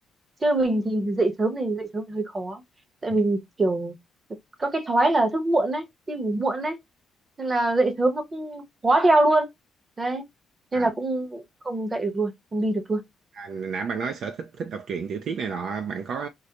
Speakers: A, on the right; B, on the right.
A: chứ mình thì dậy sớm thì dậy sớm thì hơi khó tại
B: <laughs>
A: mình kiểu có cái thói là thức muộn đấy đi ngủ muộn đấy nên là dậy sớm nó cũng khó theo luôn đấy nên
B: à,
A: là cũng không dậy được luôn không đi được luôn
B: à nãy bạn nói sở thích thích đọc truyện tiểu thuyết này nọ bạn có